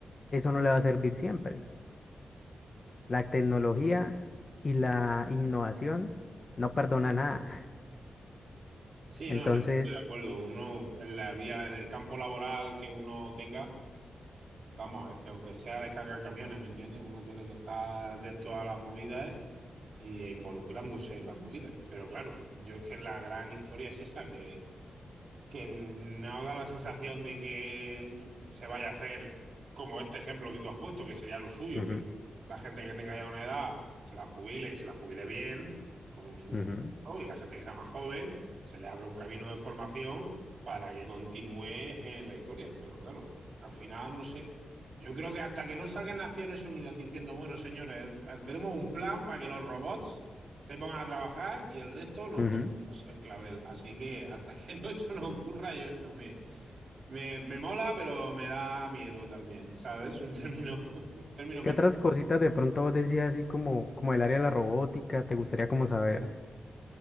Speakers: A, on the left (about 35°); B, on the right (about 45°).
A: eso no le va a servir siempre. La tecnología y la innovación no perdona nada.
B: Sí,
A: <laughs> Entonces,
B: no, en eso estoy de acuerdo. Uno, en la vía, en el campo laboral que uno tenga, vamos, es que aunque sea descargar camiones, ¿me entiendes? Uno tiene que estar atento a las movidas y e involucrándose en las movidas. Pero claro, yo es que la gran historia es esa que que no da la sensación de que se vaya a hacer como este ejemplo que tú has puesto, que sería lo suyo,
A: ujú,
B: que la gente que tenga ya una edad se la jubile y se la jubile bien, con su buen
A: ujú,
B: trabajo, y la gente que sea más joven se le abra un camino de formación para que continúe en la historia. Pero claro, al final no sé. Yo creo que hasta que no salgan Naciones Unidas diciendo, bueno, señores, tenemos un plan para que los robots se pongan a trabajar y el resto nos
A: ujú.
B: el clavel. Así que hasta <laughs> que no eso no ocurra, yo no me, me, me mola, pero me da miedo también, ¿sabes? Un término, <laughs> un término medio.
A: ¿Qué otras cositas de pronto vos decías así como, como el área de la robótica? ¿Te gustaría como saber?